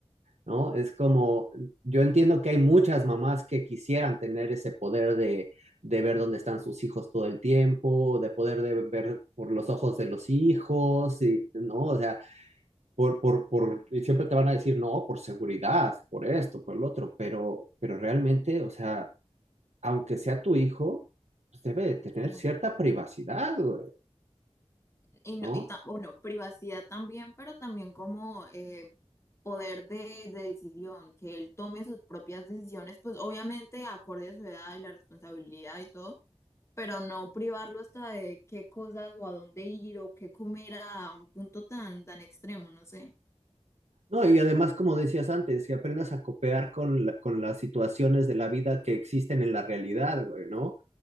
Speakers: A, on the right; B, on the left.
A: ¿no? Es como, yo entiendo que hay muchas mamás que quisieran tener ese poder de, de ver dónde están sus hijos todo el tiempo, de poder de ver por los ojos de los hijos, y, ¿no? O sea, por, por, por, y siempre te van a decir, no, por seguridad, por esto, por lo otro, pero, pero realmente, o sea, aunque sea tu hijo, pues debe de tener
B: Sí.
A: cierta privacidad, güey,
B: Y, no-
A: ¿no?
B: y ta- bueno, privacidad también, pero también como eh, poder de, de decisión, que él tome sus propias decisiones, pues obviamente acorde a su edad y la responsabilidad y todo, pero no privarlo hasta de qué cosas o a dónde ir o qué comer a un punto tan, tan extremo, no sé.
A: No, y además, como decías antes, que aprendas a copear con, la- con las situaciones de la vida que existen en la realidad, güey, ¿no?